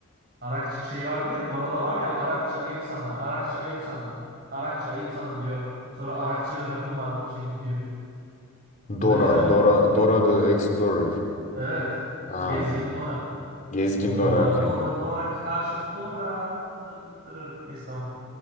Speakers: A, on the right; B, on the left.
A: Arakçı şey vardı ya Dora'da var ya Arakçı ayıp sana, Arakçı ayıp sana, Arakçı ayıp sana diyor. Sonra Arakçı Rakun var şey gidiyor. Dora
B: Dora,
A: izlemedin
B: Dora,
A: mi?
B: Dora the Explorer.
A: Evet.
B: Ha,
A: Gezgin Dora.
B: gezgin
A: Dora
B: Dora okey.
A: Dora Dora Kaşif Dora. Tıt tıt tırır. Neyse tamam.